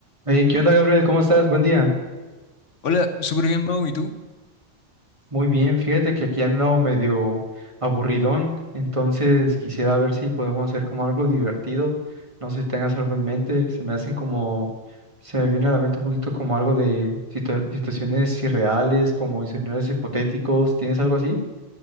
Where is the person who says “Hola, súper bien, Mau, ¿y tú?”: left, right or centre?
Left